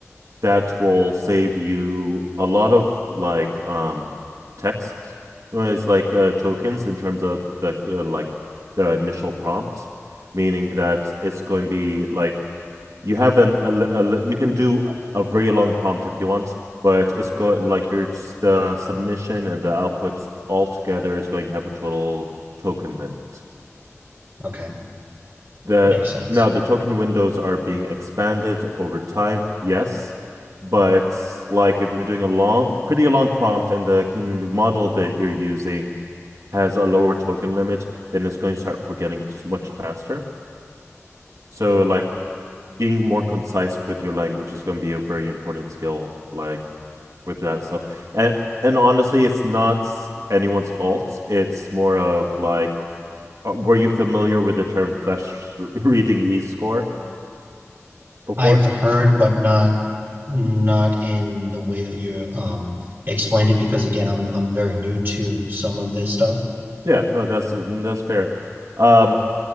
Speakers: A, on the right (about 85°); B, on the right (about 40°).
A: that will save you a lot of like um texts whereas like uh, tokens in terms of the uh, like the initial prompt meaning that it's going to be like you have an a a, you can do a very long prompt if you want but it's going like your the submission and the output all together is going to have a total token limit
B: okay.
A: that
B: Makes sense.
A: now the token windows are being expanded over time, yes. But like if you're doing a long, pretty long prompt and the model that you're using has a lower token limit, then it's going to start forgetting much faster. So like being more concise with your language is going to be a very important skill, like with that stuff. And and honestly, it's not anyone's fault. It's more of like, uh, were you familiar with the term flash reading E score before?
B: I've heard, but not not in the way that you um explained it because again, I'm I'm very new to some of this stuff.
A: Yeah, no, that's mm, that's fair. Um,